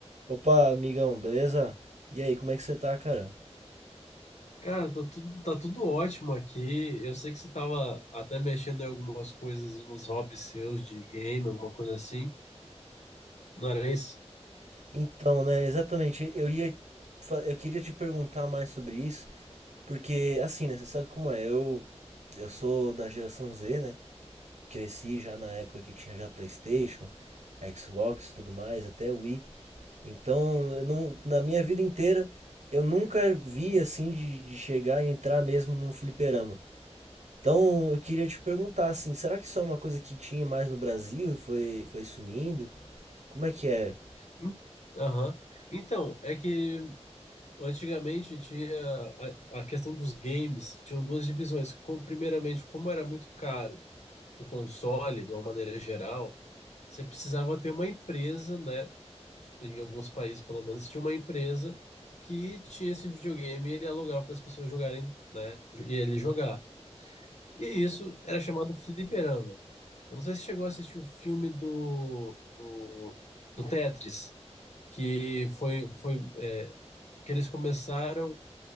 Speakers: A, on the right; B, on the left.
A: Opa, amigão, beleza? E aí, como é que você tá, cara?
B: Cara, tô tudo- tá tudo ótimo aqui. Eu sei que você tava até mexendo em algumas coisas, nos hobbies seus de game, alguma coisa assim. Não era isso?
A: Então, né, exatamente, eu ia fa- eu queria te perguntar mais sobre isso, porque assim, né, você sabe como é? Eu eu sou da geração Z, né? Cresci já na época que tinha já PlayStation, Xbox, e tudo mais, até Wii. Então, eu não, na minha vida inteira eu nunca vi assim de, de chegar e entrar mesmo num fliperama. Então, eu queria te perguntar assim, será que isso é uma coisa que tinha mais no Brasil e foi foi sumindo? Como é que é
B: Em- Aham. Então, é que antigamente tinha a, a questão dos games, tinham duas divisões. Com, primeiramente, como era muito caro o console, de uma maneira geral, você precisava ter uma empresa, né? Em alguns países, pelo menos, tinha uma empresa que tinha esse videogame e ele alugava para as pessoas jogarem, né? E ele jogar. E isso era chamado fliperama. Eu não sei se chegou a assistir o filme do, do, do Tetris, que foi, foi é, que eles começaram